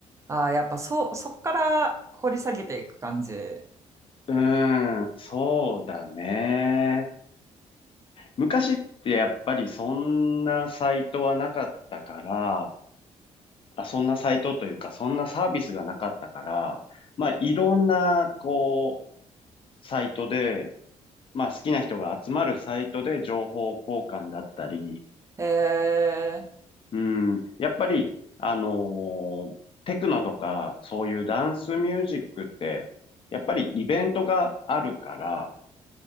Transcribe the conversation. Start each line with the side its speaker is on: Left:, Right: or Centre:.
Right: ああー、やっぱそう、そっから掘り下げていく感じ。
Left: うーん、そうだね。昔ってやっぱりそんなサイトはなかったから、あ、そんなサイトというか、そんなサービスがなかったから、まあいろんな、こう、サイトで、まあ好きな人が集まるサイトで情報交換だったり、
Right: えー、
Left: うん、やっぱり、あのーテクノとか、そういうダンスミュージックって、やっぱりイベントがあるから、